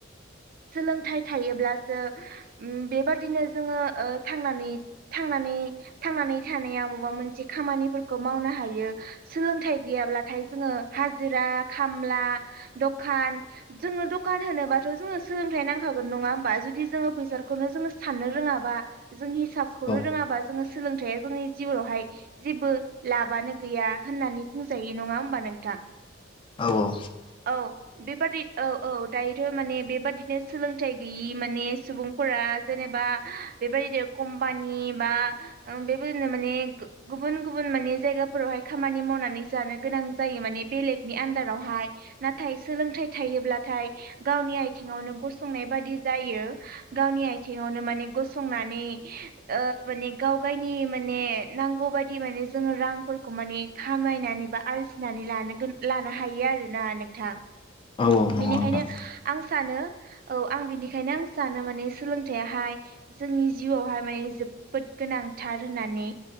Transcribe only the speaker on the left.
औ
औ औ
औ नंगौ
नोंथां